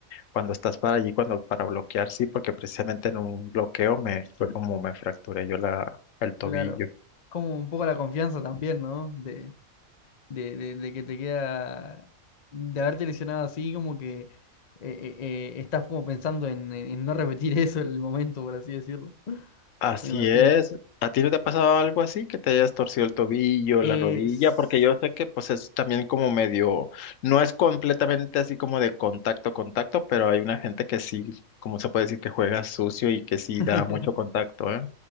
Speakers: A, on the left; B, on the left.
A: cuando estás para allí, cuando para bloquear, sí, porque precisamente en un bloqueo me fue como me fracturé yo la, el tobillo.
B: Claro. Como un poco la confianza también, ¿no? De, de, de- de que te queda, de haberte lesionado así, como que eh, eh, eh, estás como pensando en, en- en no repetir <laughs> eso en el momento, por así decirlo. <laughs>
A: Así
B: Me imagino.
A: es. ¿A ti no te ha pasado algo así que te hayas torcido el tobillo,
B: Eh,
A: la rodilla?
B: s-
A: Porque yo sé que pues es también como medio, no es completamente así como de contacto, contacto, pero hay una gente que sí, como se puede decir, que juega sucio y que sí
B: <laughs>
A: da mucho contacto, ¿eh?